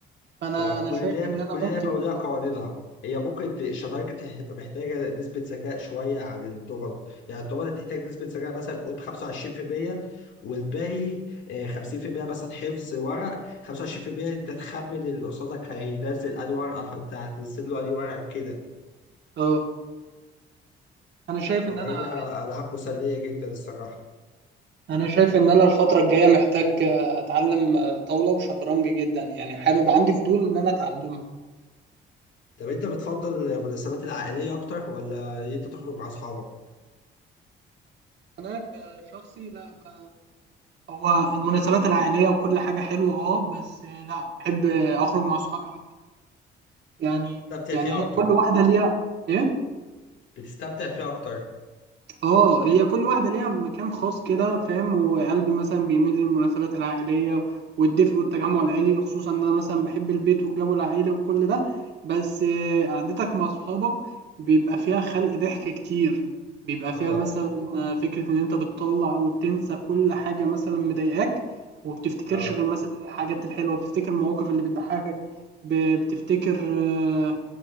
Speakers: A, on the right (about 60°); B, on the left (about 70°).
A: فانا
B: فكل
A: انا شايف
B: لعبة
A: ان انا
B: كل
A: ممكن
B: لعبة ولها قواعدها هي بكرة الشطرنج تح- محتاجة نسبة ذكاء شوية عن الدومنة يعني الدومنة تحتاج نسبة ذكاء مثلا قول 25% والباقي آه، 50% مثلا حفظ ورق 25% انت تخمن اللي قصادك هينزل أي ورقة فانت هتنزل له أي ورقة كده
A: اه انا شايف
B: فهي
A: ان انا عايز
B: ألعاب مسلية جدا الصراحة
A: انا شايف ان انا الفترة الجاية محتاج آه، اتعلم آه، طاولة وشطرنج جدا يعني حابب عندي فضول ان انا اتعلمه
B: طب انت بتفضل المناسبات العائلية أكتر ولا إن انت تخرج مع أصحابك؟
A: انا كشخصي لا ب... هو المناسبات العائليه وكل حاجه حلوه اه بس لا بحب اخرج مع صحابي اكتر يعني
B: بتستمتع
A: يعني
B: فيها أكتر
A: هي كل واحده ليها ايه
B: بتستمتع فيها أكتر
A: اه هي كل واحدة ليها مكان خاص كده فاهم وقلبي مثلا بيميل للمناسبات العائلية والدفء والتجمع العائلي خصوصا ان انا مثلا بحب البيت والجو العائلي وكل ده بس آه، قعدتك مع صحابك بيبقى فيها خلق ضحك كتير بيبقى
B: اه
A: فيها مثلا آه، فكرة ان انت بتطلع وبتنسى كل حاجة مثلا مضايقاك وبتفتكرش
B: اه
A: غير مثلا الحاجات الحلوة بتفتكر المواقف اللي بتضحكك ب- بتفتكر آه،